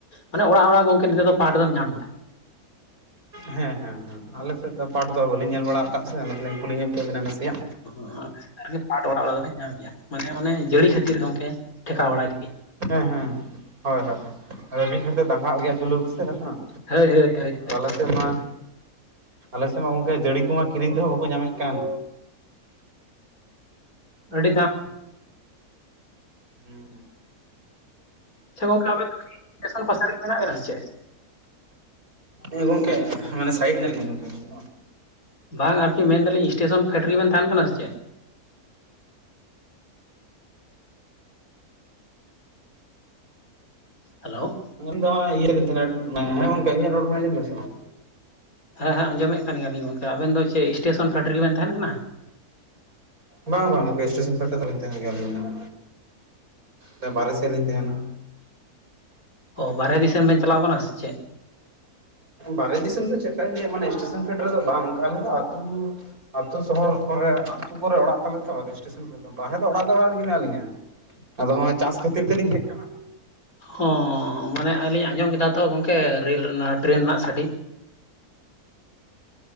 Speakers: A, on the left (about 65°); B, on the right (about 70°).
A: ᱢᱟᱱᱮ ᱚᱲᱟᱜ ᱚᱲᱟᱜ ᱜᱚᱝᱠᱮ ᱱᱤᱛᱚᱜ
B: ᱦᱩᱸ᱾
A: ᱫᱚ ᱯᱟᱴ ᱫᱚᱢ ᱧᱟᱢ ᱜᱮᱭᱟ
B: ᱦᱮᱸ ᱦᱮᱸ ᱦᱮᱸ, ᱟᱞᱮ ᱥᱮᱫ ᱫᱚ ᱯᱟᱴ ᱫᱚ ᱵᱟ ᱞᱮ ᱧᱮᱞ ᱵᱟᱲᱟᱣ ᱟᱠᱟᱫ ᱥᱮ ᱚᱱᱟᱛᱮᱞᱤᱧ ᱠᱩᱞᱤ ᱧᱚᱜ ᱠᱮᱫ ᱵᱤᱱᱟ ᱱᱟᱥᱮᱭᱟᱜ,
A: <inaudible> ᱟᱨᱠᱤ ᱯᱟᱴ ᱚᱲᱟᱜ ᱚᱲᱟᱜ ᱫᱚᱞᱤᱧ ᱧᱟᱢ ᱜᱮᱭᱟ, ᱢᱟᱱᱮ ᱚᱱᱮ ᱡᱟᱹᱲᱤ ᱠᱷᱟᱹᱛᱤᱨ ᱜᱚᱝᱠᱮ ᱴᱷᱮᱠᱟᱣ ᱵᱟᱲᱟᱭ ᱞᱟᱜᱤᱫ᱾
B: ᱦᱮᱸ ᱦᱮᱸ, ᱦᱳᱭ ᱦᱳᱭ ᱦᱳᱭ, ᱟᱫᱚ ᱢᱤᱫ ᱜᱷᱟᱹᱲᱤᱡ ᱫᱚᱭ ᱫᱟᱸᱜᱟᱜ ᱜᱮᱭᱟ ᱪᱩᱞᱟᱹ ᱵᱩᱥᱟᱹᱜ ᱨᱮᱦᱚᱸ,
A: ᱦᱳᱭ ᱦᱳᱭ ᱦᱳᱭ ᱦᱳᱭ
B: ᱟᱞᱮ ᱥᱮᱫ ᱢᱟ, ᱟᱞᱮ ᱥᱮᱫ ᱢᱟ ᱜᱚᱝᱠᱮ ᱡᱟᱹᱲᱤ ᱠᱚᱢᱟ ᱠᱤᱨᱤᱧ ᱛᱮᱦᱚᱸ ᱵᱟᱠᱚ ᱧᱟᱢᱮᱫ ᱠᱟᱱ᱾
A: ᱟᱹᱰᱤ ᱫᱟᱢ
B: ᱦᱩᱸ ᱦᱩᱸ᱾
A: ᱟᱪᱪᱷᱟ ᱜᱚᱝᱠᱮ ᱟᱵᱮᱱ ᱫᱚ ᱠᱤ ᱴᱮᱥᱚᱱ ᱯᱟᱥᱟ ᱨᱮᱜᱮ ᱢᱮᱱᱟᱜ ᱵᱮᱱᱟ ᱥᱮ ᱪᱮᱫ?
B: ᱮ ᱜᱚᱝᱠᱮ, ᱢᱟᱱᱮ ᱥᱟᱭᱤᱰ ᱮᱱᱟ ᱞᱤᱧ ᱜᱚᱝᱠᱮ ᱾
A: ᱵᱟᱝ ᱟᱨᱠᱤ ᱢᱮᱱᱫᱟᱞᱤᱧ ᱤᱥᱴᱮᱥᱚᱱ ᱯᱷᱮᱰ ᱨᱮᱜᱮ ᱵᱮᱱ ᱛᱟᱦᱮᱸᱱ ᱠᱟᱱᱟ ᱥᱮ ᱪᱮᱫ᱾ ᱦᱮᱞᱳᱣ᱾
B: ᱟᱞᱤᱧ ᱫᱚ ᱦᱚᱸᱜ-ᱚᱭ ᱤᱭᱟᱹ ᱨᱮᱞᱤᱧ ᱛᱟᱦᱮᱸᱱᱟ, ᱦᱮᱸ ᱜᱚᱝᱠᱮ ᱤᱧᱟᱹᱜ ᱨᱚᱲ ᱵᱮᱱ ᱟᱸᱡᱚᱢᱮᱫᱟ ᱥᱮ ᱵᱟᱝ?
A: ᱦᱮᱸ ᱦᱮᱸ
B: ᱦᱮᱞᱳ
A: ᱟᱸᱡᱚᱢᱮᱫ ᱠᱟᱱ ᱜᱮᱭᱟᱞᱤᱧ ᱜᱚᱝᱠᱮ, ᱟᱵᱤᱱ ᱫᱚ ᱪᱮᱫ ᱤᱥᱴᱮᱥᱚᱱ ᱯᱷᱮᱰ ᱨᱮᱜᱮ ᱵᱮᱱ ᱛᱟᱦᱮᱸᱱ ᱠᱟᱱᱟ?
B: ᱵᱟᱝ ᱵᱟᱝ ᱜᱚᱝᱠᱮ ᱮᱥᱴᱮᱥᱚᱱ ᱯᱷᱮᱰ ᱨᱮᱫᱚ ᱵᱟᱞᱤᱧ ᱛᱟᱦᱮᱸᱱ ᱜᱮᱭᱟ ᱟᱞᱤᱧ ᱫᱚ᱾ ᱥᱮ ᱵᱟᱦᱨᱮ ᱥᱮᱫ ᱞᱤᱧ ᱛᱟᱦᱮᱸᱱᱟ᱾
A: ᱚ ᱵᱟᱨᱦᱮ ᱫᱤᱥᱚᱢ ᱵᱮᱱ ᱪᱟᱞᱟᱣ ᱟᱠᱟᱱᱟ ᱥᱮ ᱪᱮᱫ?
B: ᱵᱟᱨᱦᱮ ᱫᱤᱥᱚᱢ ᱫᱚ ᱪᱮᱜᱠᱟᱧ ᱞᱟᱹᱭᱟ ᱢᱟᱱᱮ ᱥᱴᱮᱥᱚᱱ ᱯᱷᱮᱰ ᱨᱮ ᱫᱚ ᱵᱟᱝ ᱜᱚᱝᱠᱮ ᱟᱞᱮ ᱫᱚ ᱟᱛᱩ ᱟᱛᱳ ᱥᱚᱦᱚᱨ ᱠᱚᱨᱮ, ᱟᱛᱩ ᱠᱚᱨᱮ ᱚᱲᱟᱜ ᱛᱟᱞᱮ ᱛᱚ ᱟᱫᱚ ᱤᱥᱴᱮᱥᱚᱱ ᱠᱚ ᱫᱚ ᱵᱟᱦᱨᱮ ᱫᱚ ᱚᱲᱟᱜ ᱫᱚ ᱚᱲᱟᱜ ᱨᱮᱜᱮ ᱢᱮᱱᱟᱜ ᱞᱤᱧᱟᱹ᱾ ᱟᱫᱚ ᱦᱚᱸᱜ-ᱚᱭ ᱪᱟᱥ ᱠᱷᱟᱹᱛᱤᱨ ᱛᱮᱞᱤᱧ ᱦᱮᱡ ᱠᱟᱱᱟ᱾
A: ᱦᱚᱸᱻ ᱢᱟᱱᱮ ᱟᱹᱞᱤᱧ ᱟᱸᱡᱚᱢ ᱠᱮᱫᱟ ᱛᱚ ᱜᱚᱝᱠᱮ ᱨᱮᱞ ᱚᱱᱟ ᱴᱨᱮᱱ ᱨᱮᱱᱟᱜ ᱥᱟᱰᱮ,